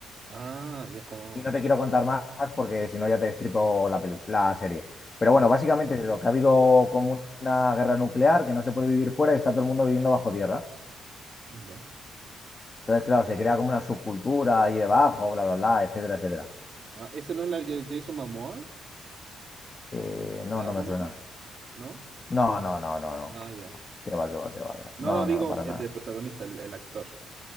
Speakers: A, on the right; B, on the left.
A: Ah, ya es como...
B: Y no te quiero contar más porque si no ya te destripo la, peli- la serie. Pero
A: mm,
B: bueno, básicamente es eso, que ha habido como una guerra nuclear, que no se puede vivir fuera y está todo el mundo viviendo bajo tierra.
A: Ya.
B: Entonces, claro, se crea como una subcultura ahí debajo, bla, bla, bla, etcétera, etcétera.
A: Ah, ¿esa no es la de Jason Momoa?
B: Eh, no,
A: ¿De Aquaman?
B: no me suena.
A: ¿No?
B: No, no, no, no, no.
A: Ah, ya.
B: Que va, que va, que va.
A: No,
B: No,
A: no,
B: no,
A: digo
B: no, para
A: eh,
B: nada.
A: de protagonista, el el actor.